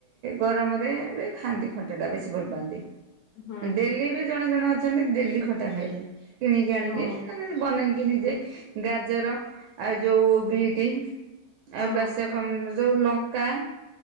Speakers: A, on the right (about 85°); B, on the left (about 70°).
A: ଗରମରେ ବି ଖାଆନ୍ତି ଖଟାଟା ବେଶୀ ଭଲ ପାଆନ୍ତି।
B: ହଁ
A: ଡେଲି
B: ହଁ
A: ବି ଜଣେ ଜଣେ ଅଛନ୍ତି ଡେଲି ଖଟା ଖାଇବେ କିଣିକି ଆଣିକି
B: ହଁ
A: ନ ବନେଇକି ନିଜେ ଗାଜର ଆଉ ଯୋଉ ବିଟି। ଆଉ
B: ହଁ
A: କାଶକମ ଯୋଉ ଲଙ୍କା